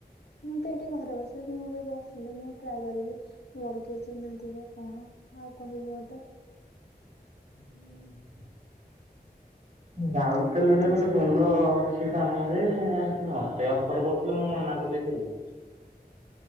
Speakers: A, on the left; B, on the right.
A: ମୁଁ ତ ଏଇଠି ଘରେ ବସିବି ମୁଁ ବି ବସିନି ମୁଁ ଟ୍ରାଏ କରିବି ମୋର କିଏ ଚିହ୍ନା ଥିବ କଣ ଆଉ କହିବୁ ଗୋଟେ।
B: ହୁଁ। <inaudible> ରାଉରକେଲାରେ
A: ହୁଁ ଏତିକି
B: ଗୋଟେ ଭଲ ଅଛି କାମରେ ମତେ ଅଫର କରୁଥିଲ ମୁଁ ମନା କରିଦେଇଥିଲି।